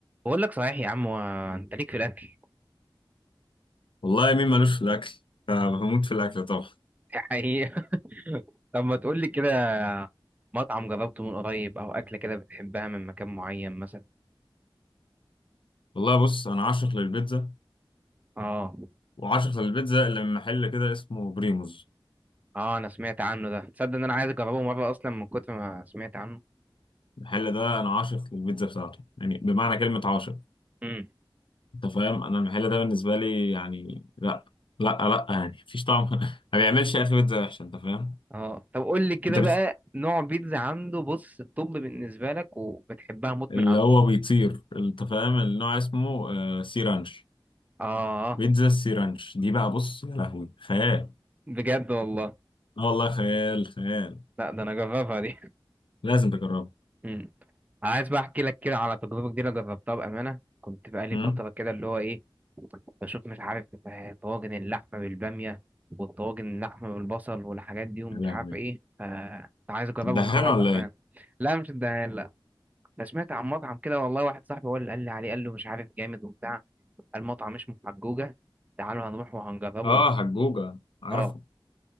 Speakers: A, on the right; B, on the left.
A: بقول لك صحيح يا عم و... انت ليك في الاكل <laughs>
B: والله مين مالوش في الاكل آه، بموت في الاكل طبعا
A: دي حقيقة طب ما تقول لي كده مطعم جربته من قريب او اكله كده بتحبها من مكان معين مثلا
B: والله بص انا عاشق للبيتزا
A: اه
B: وعاشق للبيتزا اللي من محل كده اسمه بريموز
A: اه انا سمعت عنه ده تصدق ان انا عايز اجربه مره اصلا من كتر ما سمعت عنه
B: المحل ده انا عاشق للبيتزا بتاعته يعني بمعنى كلمة عاشق
A: امم
B: انت فاهم انا المحل ده بالنسبة لي يعني لا لا لا يعني مفيش طعم <laughs> ما بيعملش يا اخي بيتزا وحشة انت فاهم
A: اه طب قول لي كده
B: انت
A: بقى
B: بت...
A: نوع بيتزا عنده بص الطب بالنسبه لك وبتحبها موت
B: اللي
A: من عنده
B: هو بيطير انت فاهم النوع اسمه آه سيرانش
A: اه
B: بيتزا السيرانش دي بقى بص يا لهوي خيال
A: بجد والله
B: اه والله خيال خيال
A: لا ده انا جربها دي
B: لازم تجربها
A: مم. عايز بقى احكي لك كده على تجربه جديده جربتها بامانه كنت بقالي
B: أمم.
A: فتره كده اللي هو ايه بشوف مش عارف آه، طواجن اللحمه بالباميه والطواجن اللحمه بالبصل والحاجات دي ومش
B: يا لهوي
A: عارف ايه فكنت عايز اجربهم
B: دهان
A: مره
B: ولا ايه؟
A: بامانه لا مش الدهان لا أنا سمعت عن مطعم كده والله واحد صاحبي هو اللي قال لي عليه قال له مش عارف جامد وبتاع المطعم اسمه حجوجه تعالوا هنروح وهنجربه
B: اه حجوجة عارفه
A: اه